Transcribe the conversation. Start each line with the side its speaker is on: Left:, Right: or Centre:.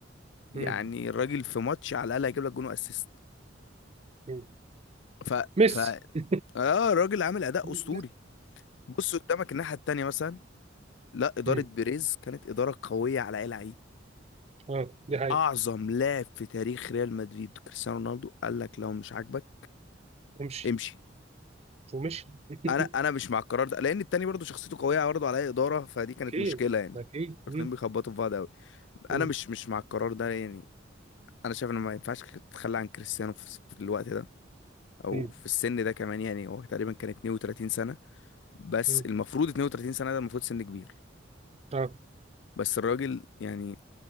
Left: يعني
Right: مم.
Left: الراجل في ماتش على الأقل هيجيب لك جون وأسيست
Right: مم.
Left: ف
Right: ميسي
Left: ف
Right: <laughs>
Left: آه الراجل عامل أداء
Right: مم.
Left: أسطوري بص قدامك الناحية التانية مثلا لا إدارة
Right: مم.
Left: بيريز كانت إدارة قوية على أي لعيب
Right: اه دي حقيقة
Left: أعظم لاعب في تاريخ ريال مدريد كريستيانو رونالدو قال لك لو مش عاجبك
Right: امشي
Left: امشي
Right: ومشي <laughs>
Left: انا انا مش مع القرار ده لان التاني برضه شخصيته قويه برضه عليا اداره فدي كانت
Right: اكيد
Left: مشكله يعني
Right: اكيد
Left: الاتنين
Right: مم.
Left: بيخبطوا في بعض قوي
Right: مم.
Left: انا مش مش مع القرار ده يعني انا شايف ان ما ينفعش تتخلى عن كريستيانو في في الوقت ده او
Right: مم.
Left: في السن ده كمان يعني هو تقريبا كان 32 سنه بس
Right: مم.
Left: المفروض 32 سنه ده المفروض سن كبير
Right: اه
Left: بس الراجل يعني